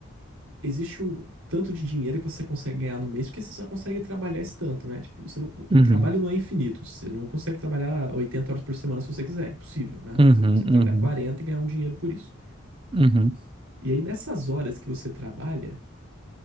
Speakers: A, on the right; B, on the right.
A: existe um tanto de dinheiro que você consegue ganhar no mês, porque você só consegue trabalhar esse tanto, né? Tipo, você não- o
B: Uhum.
A: trabalho não é infinito. Você não consegue trabalhar 80 horas por semana se você quiser, é impossível, né?
B: Uhum,
A: Você consegue trabalhar
B: uhum,
A: 40 e ganhar um dinheiro por isso.
B: uhum,
A: E aí, nessas horas que você trabalha,